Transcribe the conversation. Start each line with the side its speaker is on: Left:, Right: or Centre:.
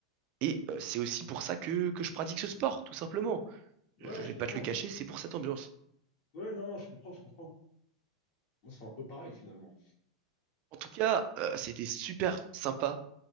Right: Et euh, c'est aussi pour ça que, que je pratique ce sport, tout simplement.
Left: Ouais,
Right: Je
Left: je
Right: vais
Left: comprends.
Right: pas te le cacher, c'est pour cette ambiance.
Left: Ouais, non, je comprends, je comprends. Moi, c'est un peu pareil finalement.
Right: En tout cas, euh, c'était super sympa